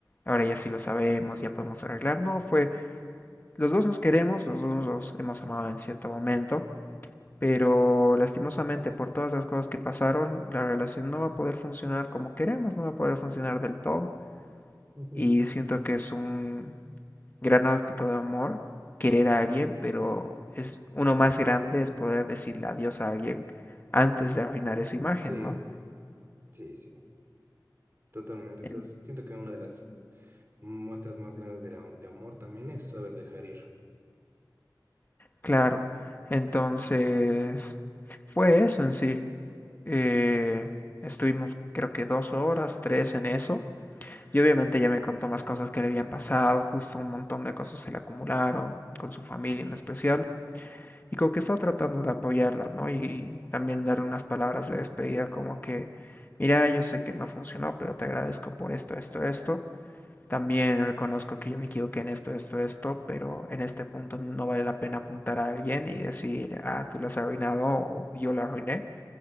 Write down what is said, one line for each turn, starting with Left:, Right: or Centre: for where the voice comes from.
Left: ahora ya sí lo sabemos, ya podemos arreglar. No, fue, los dos nos queremos, los dos nos hemos amado en cierto momento, pero lastimosamente por todas las cosas que pasaron, la relación no va a poder funcionar como queremos, no va a poder funcionar del todo.
Right: Ujú.
Left: Y siento que es un, gran acto de amor querer a alguien, pero es uno más grande es poder decirle adiós a alguien antes de arruinar esa imagen,
Right: Sí,
Left: ¿no?
Right: sí, sí, totalmente. O
Left: En-
Right: sea, siento que una de las muestras más grandes de, la- de amor también es saber dejar ir.
Left: Claro. Entonces, fue eso en sí. Eh, estuvimos creo que dos horas, tres en eso. Y obviamente ya me contó más cosas que le habían pasado, justo un montón de cosas se le acumularon, con su familia en especial. y como que estaba tratando de apoyarla, ¿no? Y también darle unas palabras de despedida como que, mira, yo sé que no funcionó, pero te agradezco por esto, esto, esto. También reconozco que yo me equivoqué en esto, esto, esto, pero en este punto no vale la pena apuntar a alguien y decir, ah, tú la has arruinado o yo la arruiné,